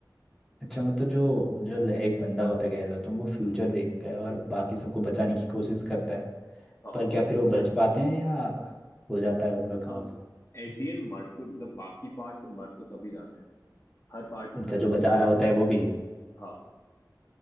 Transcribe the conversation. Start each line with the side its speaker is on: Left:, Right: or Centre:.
Centre: अच्छा मतलब जो जो ल- एक बंदा होता कह रहे हो तुम वो फ्यूचर देखता है और बाकी सबको बचाने की कोशिश करता है
Left: हाँ
Centre: पर क्या फिर वो बच पाते हैं या हो जाता है उनका
Left: अब
Centre: काम
Left: एट दी एंड मर तो मतलब बाकी पार्ट्स में मर तो सभी जाते हैं हर पार्ट में
Centre: अच्छा
Left: बंदा
Centre: जो
Left: चेंज
Centre: बचा
Left: होता
Centre: रहा और
Left: रहता
Centre: होता है वो भी
Left: है हाँ